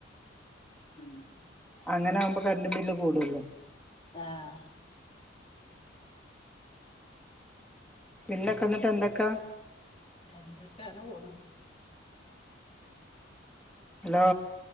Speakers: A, on the left; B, in the centre.
A: ഉം
B: അങ്ങനെ ആകുമ്പോ കറണ്ട് ബില്ല് കൂടുല്ലോ
A: ആഹ
B: പിന്തൊക്കെന്നിട്ട് എന്തൊക്കാ
A: എന്ത കാന പോണ
B: ഹലോ